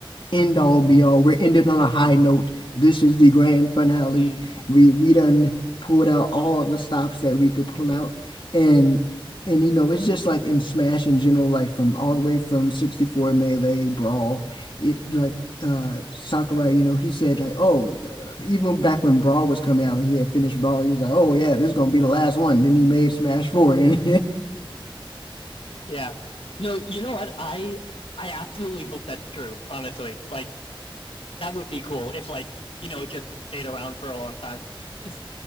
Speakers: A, on the left; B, on the left.
A: end all be all. We're ended on a high note. This is the grand finale.
B: Mm.
A: We we done pulled out all the stops that we could
B: <laughs>
A: pull out. And and you know, it's just like in Smash in general, like from all the way from 64 Melee, Brawl, it like uh Sakurai, you know, he said like, oh, uh, even back when Brawl was coming out and he had finished Brawl, he was like, oh yeah, this is gonna be the last one. Then he made Smash 4 and,
B: Yeah. No, you know what? I I absolutely hope that's true, honestly. Like that would be cool if like, you know, it just like, stayed around for a long time. 'Cause-